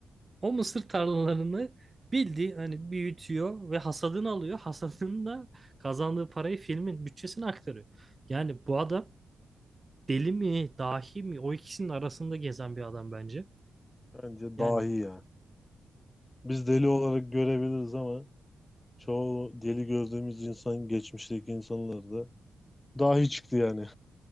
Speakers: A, on the right; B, on the left.
A: O mısır tarlalarını bildiği hani büyütüyor ve hasadını alıyor. <laughs> Hasadını da kazandığı parayı filmin bütçesine aktarıyor. Yani bu adam deli mi, dahi mi o ikisinin arasında gezen bir adam bence.
B: Bence
A: Yani
B: dahi ya. Biz deli olarak görebiliriz ama çoğu deli gördüğümüz insan geçmişteki insanlar da dahi çıktı yani.